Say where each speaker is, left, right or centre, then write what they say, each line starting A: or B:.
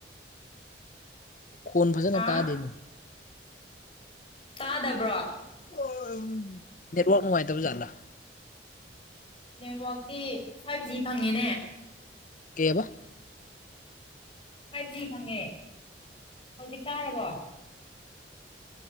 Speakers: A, on the left; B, on the left.
A: ꯈꯣꯟ ꯐꯖꯅ
B: ꯍꯥ
A: ꯇꯥꯗꯦꯅꯦ
B: ꯇꯥꯗꯕ꯭ꯔꯣ
A: ꯑꯣ ꯅꯦꯠꯋꯥꯛ ꯅꯨꯡꯉꯥꯏꯇꯕ ꯖꯥꯠꯂꯥ
B: ꯅꯦꯠꯋꯔꯇꯤ ꯐꯥꯏꯚ ꯖꯤ ꯐꯪꯉꯤꯅꯦ
A: ꯀꯕ <inaudible>
B: ꯐꯥꯏꯚ ꯖꯤ ꯐꯪꯉꯦ ꯍꯧꯖꯤꯛ ꯇꯔꯕꯣ